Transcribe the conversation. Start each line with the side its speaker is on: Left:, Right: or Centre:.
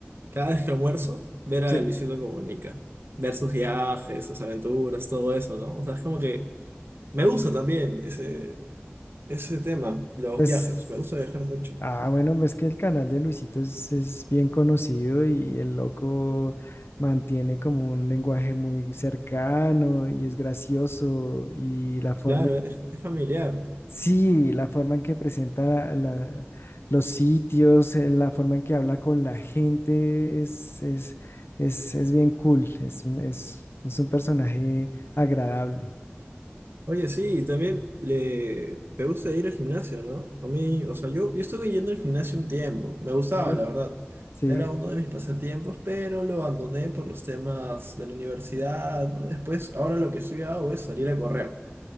Right: cada vez que almuerzo, ver a
Left: Sí.
Right: Luisito Comunica, ver sus viajes, sus aventuras, todo eso, ¿no? O sea, es como que me gusta también ese, ese tema, los
Left: Pues,
Right: viajes, me gusta viajar mucho.
Left: ah, bueno, ves que el canal de Luisito es, es bien conocido y el loco mantiene como un lenguaje muy cercano y es gracioso y la forma
Right: Claro, es, es familiar.
Left: Sí, la forma en que presenta la- los sitios, eh, la forma en que habla con la gente es, es, es, es bien cool, es un, es, es un personaje agradable.
Right: Oye, sí, y también le, te gusta ir al gimnasio, ¿no? A mí, o sea, yo, yo estuve yendo al gimnasio un tiempo, me gustaba,
Left: Sí,
Right: la verdad.
Left: sí,
Right: Era uno de mis pasatiempos, pero lo abandoné por los temas de la universidad, ¿no? Después, ahora lo que estoy hago es salir a correr.